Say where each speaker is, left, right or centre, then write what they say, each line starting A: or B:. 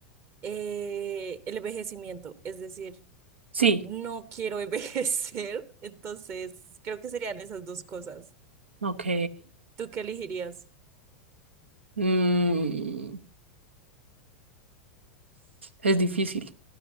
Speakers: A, on the right; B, on the right.
A: eh, el envejecimiento. Es decir,
B: sí.
A: no quiero envejecer, <laughs> entonces creo que serían esas dos cosas.
B: Ok.
A: ¿Tú qué elegirías?
B: Mm, es difícil.